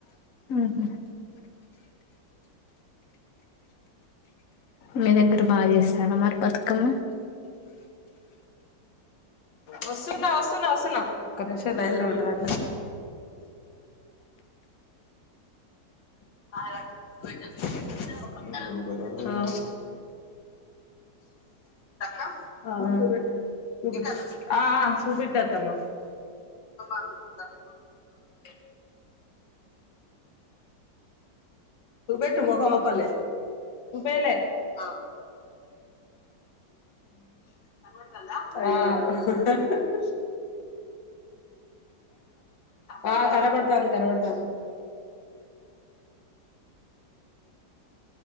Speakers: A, on the left (about 55°); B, on the left (about 85°).
A: ఉహు మీ దగ్గర బాగ చేస్తారా మరి బతకమ్మ
B: వస్తున్న వస్తున్నా వస్తున్నా ఒక్క నిమిషం లైన్ లో ఉండరా అ <unintelligible> <unintelligible> అ <unintelligible> ఆ ఆ కనబడతాంది కనబడతన్ది <inaudible>